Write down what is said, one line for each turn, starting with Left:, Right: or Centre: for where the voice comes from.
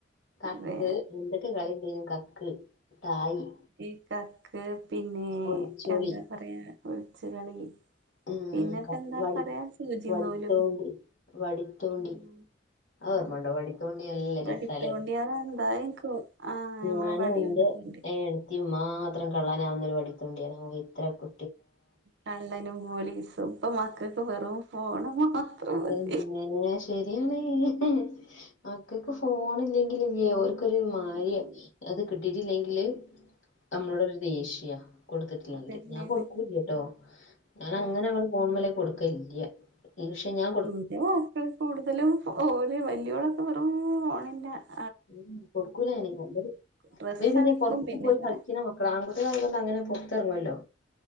Left: കക്ക്
Right: വേ
Left: എന്തൊക്കെ കളിണ്ടായ്ന്നു കക്ക് തായി്
Right: ഈ കക്ക് പിന്നെ
Left: ഒളിച്ചോളി
Right: എന്താ പറയാ ഒളിച്ച് കളി
Left: ഉം
Right: പിന്നെപ്പ
Left: ക
Right: എന്താ
Left: വടി
Right: പറയാ സൂചി
Left: വടിത്തോണ്ടി
Right: നൂലും
Left: വടിത്തോണ്ടി
Right: ഉം
Left: അഓർമ്മണ്ടോ
Right: ഉം
Left: വടി തോണ്ടി നല്ല
Right: വടിത്തോണ്ടി
Left: രസാലേ
Right: അതെന്താ ഇൻക്ക് ആഹ് ഞമ്മളെ
Left: ഞാനും
Right: വടിയോണ്ട്
Left: ന്റെ
Right: തോണ്ടി
Left: ഏട് തി മാത്രം കള്ളാനാവുന്ന ഒരുവടിതോണ്ടിയാണ് ഓ ഇത്രയൊക്ക്
Right: കള്ളനും പോലീസും ഇപ്പ മക്കക്ക് വെറും ഫോണ് മാത്രം മതി
Left: മ്മേ ശരിയാണേയ് മക്കക്ക് ഫോണില്ലെങ്കിലില്ലേ ഒരു ഒരു മാരിയാ
Right: ഉം
Left: അത് കിട്ടിട്ടില്ലെങ്കില് നമ്മളോടൊരു ദേഷ്യ കൊടുത്തിട്ടില്ലെങ്കില്
Right: അതന്നെയാണ്
Left: ഞാൻ കൊടുക്കൂല്ല്യ ട്ടോ ഞാനങ്ങനെ
Right: ആഹ്
Left: അങ്ങ്ട് ഫോൺമ്മല് കൊടുക്കലില്ല്യ ദേഷ്യം ഞാൻ
Right: ഇന്റെ മക്കള് കൂടുതലും ഓല് വല്യോളൊക്കെ വെറും ഫോണിന്റെ ആളാ
Left: ഉം കൊടുക്കൂലാന് നല്ലത് ഇവല്
Right: ഡ്രസ്സ്
Left: പിന്നെ
Right: അടിക്കും
Left: പൊറത്ത്
Right: പിന്നെ
Left: പോയി
Right: കൊറേ
Left: കളിക്ക്ണ മ ക്കളാങ്കുട്ട്യോളായത് കൊണ്ട് അങ്ങനെ പുറത്തിറങ്ങുവല്ലോ